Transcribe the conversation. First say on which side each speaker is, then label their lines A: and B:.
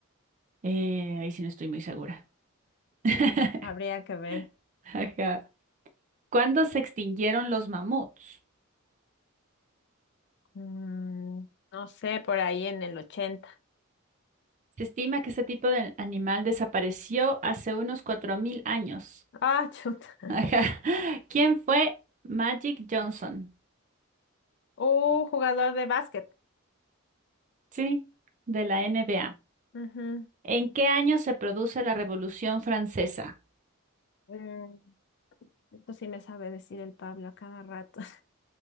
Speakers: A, on the right; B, on the left.
A: Eh, ahí sí no estoy muy segura. <laughs>
B: Habría que ver.
A: Ajá. ¿Cuándo se extinguieron los mamuts?
B: Mm, no sé, por ahí en el ochenta
A: Se estima que ese tipo de animal desapareció hace unos 4.000 años.
B: Ah, <laughs> chuta.
A: Ajá. <laughs> ¿Quién fue Magic Johnson?
B: Uh, jugador de básquet.
A: Sí, de la NBA.
B: Ujú.
A: ¿En qué año se produce la Revolución Francesa?
B: Mm, Esto sí me sabe decir el Pablo a cada rato.